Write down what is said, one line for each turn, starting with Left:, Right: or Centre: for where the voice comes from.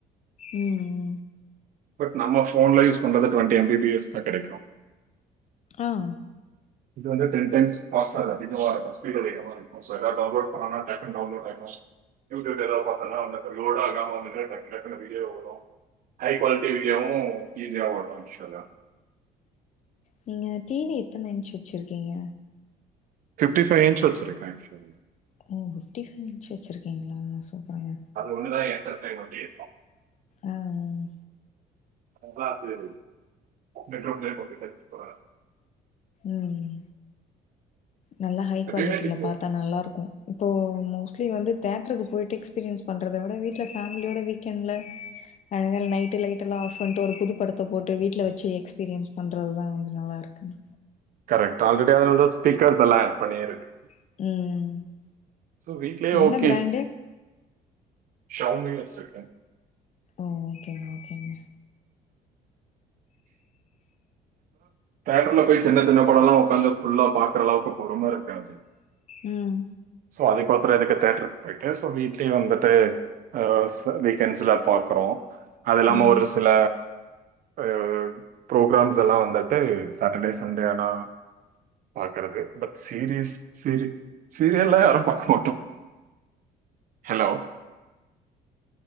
Left: ம் ம்
Right: பட் நம்ம ஃபோன்ல யூஸ் பண்றது twenty M B P S தா கெடைக்கு
Left: ஆம்
Right: இது வந்து டென் டைம்ஸ் பாஸ்வேர்ட் அதிகமா இருக்கு ஸ்பீடு அதிகமா இருக் அப்ப எதாவ்து டவுன்லோட் பண்ணனுனா டக்குனு டவுன்லோட் ஆய்ரு யூடியூப்ல எதாவ்து பாத்தனா வந்துட்டு லோட் ஆகாம வந்துட்டு டக் டக்குனு வீடியோவு வரு ஹை கோலிட்டி விடியோவு ஈஸியா ஓடு ஆக்சுவலா
Left: நீங்க டி வி எத்தனை இன்ச் வச்சுருக்கீங்க
Right: ஃபிஃப்டி ஃபைவ் இன்ச் வச்சுருக்க ஆக்சுவலி
Left: ஓ ஃபிஃப்டி ஃபைவ் இன்ச் வச்சுருக்கீங்ளா சூப்பருங்க
Right: அது ஒன்னுதா எண்டர்டெய்மெண்ட்டே
Left: ஆ ம்
Right: உங்களா சேரி நைட்டோட நைட் ஒங்கிட்டஸ்ட் போறா
Left: ம் ம் நல்லா ஹை குவாலிட்டில
Right: எப்பயுமே டிவி
Left: பாத்தா நல்லாருக்கு இப்போ மோஸ்ட்லி வந்து தேட்ருக்கு போயிட்டு எக்ஸ்பீரியன்ஸ் பண்றத விட வீட்ல ஃபேம்லியோட வீக்கெண்ட்ல அது வேற நைட்டு லைட்டெல்லா ஆஃப் பண்ட்டு ஒரு புது படத்த போட்டு வீட்ல வெச்சு எக்ஸ்பீரியன்ஸ் பண்றதுதா வந்து நல்லாருக்குங்க
Right: கரெக்ட் ஆல்ரெடி அதனாலதா ஸ்பீக்கர்ஸெல்லா ஆட் பண்ணியிருக்கு
Left: ம் ம்
Right: சோ வீட்லயே
Left: என்ன
Right: ஓகே
Left: பிராண்டு
Right: ஷவ்ங்கயே வச்சுருக்கே
Left: ஓ ஓகேங்க ஓகேங்க
Right: தேட்டர்ல போய் சின்ன சின்ன படம்ல்லாம் உக்காந்து ஃபுல்லா பாக்குற அளவுக்கு பொறும இருக்காது
Left: ம்
Right: சோ அதுக்கு ஒருத்தரு எதுக்கு தேட்டருக்கு போயிட்டு சோ வீட்லயே வந்துட்டு அ ச வீக்கெண்ட்ஸ்ல பாக்குறோ அது இல்லாம
Left: ம்
Right: ஒரு சில அ பிரோகராம்ஸ் எல்லாம் வந்துடு சட்டர்டே சண்டே அனா பாக்குறது பட் சீரியஸ் சீரி சீரியல்ல யாரும் பாக்க மாட்டோ ஹலோ